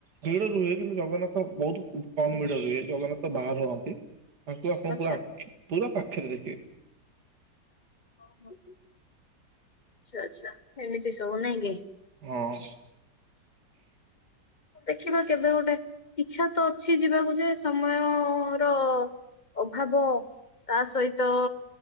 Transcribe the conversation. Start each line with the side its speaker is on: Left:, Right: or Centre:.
Right: ଭିଡ ରୁହେ କିନ୍ତୁ ଜଗନ୍ନାଥ ବହୁତ କମ ଭିଡ ରୁହେ ଜଗନ୍ନାଥ ବାହାରେ ରହନ୍ତି। ତାଙ୍କୁ ଆପଣ
Left: ଆଚ୍ଛା।
Right: ପୁରା ପୁରା ପାଖେରେ ଦେଖିବେ।
Left: ଓ ହୋ ଆଛା ଆଚ୍ଛା ଏମିତି ସବୁ ନାଇଁ କି।
Right: ହଁ।
Left: ଦେଖିବା କେବେ ଗୋଟେ ଇଛା ତ ଅଛି ଯିବାକୁ ଯେ ସମୟ ର ଅଭାବ ତା ସହିତ